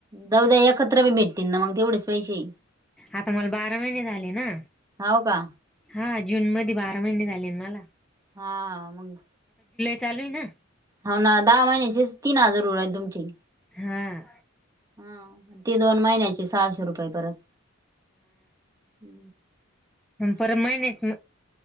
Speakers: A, on the right; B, in the centre.
A: जाऊ द्या एकत्र बी भेटतील ना मग तेवढेच पैसे
B: आता मला बारा महिने झाले ना
A: हव का
B: हा जून मध्ये बारा महिने झाले मला
A: हा म
B: चालूय ना
A: हा ना दहा महिन्याचे तीन हजार उरल तुमची
B: हां
A: हम ती दोन महिन्याची सहाशे रुपये परत ह्
B: पर महिनेच